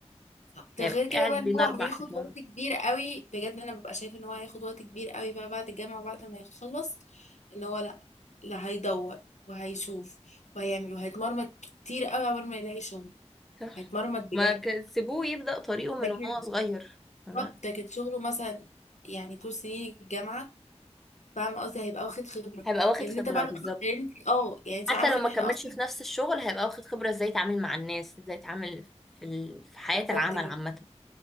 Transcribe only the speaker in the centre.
ما
يبقاش
قاعد
بين
أربع
حيطان
صح
ما ك- سيبوه يبدأ طريقه من
وهو صغير تمام
هيبقى واخد
خبرة
بالظبط
حتى
لو ما
كملش
في نفس الشغل هيبقى واخد خبرة ازاي يتعامل مع الناس ازاي يتعامل في ال... في حياة
العمل
عامة